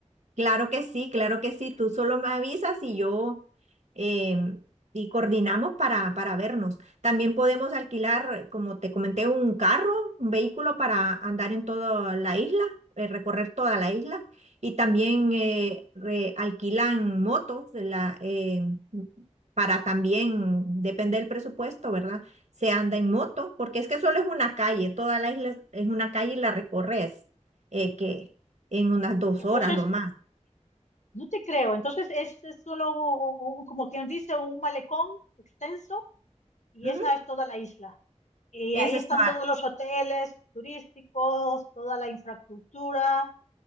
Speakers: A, on the right; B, on the left.
A: Claro que sí, claro que sí. Tú solo me avisas y yo em, y coordinamos para, para vernos. También podemos alquilar, como te comenté, un carro, un vehículo para andar en toda la isla, eh, recorrer toda la isla. Y también eh, re- alquilan motos de la, em, para también, depende del presupuesto, ¿verdad? Se anda en moto, porque es que solo es una calle, toda la isla es es una calle y la recorres, eh, que en unas dos
B: Entonces,
A: horas lo más.
B: No te creo. Entonces es, es solo un- un- un- como quien dice, un malecón extenso y
A: Ujú.
B: esa es toda la isla. Y
A: Ese
B: ahí
A: Es
B: están
A: Estoa,
B: todos los hoteles turísticos, toda la infraestructura.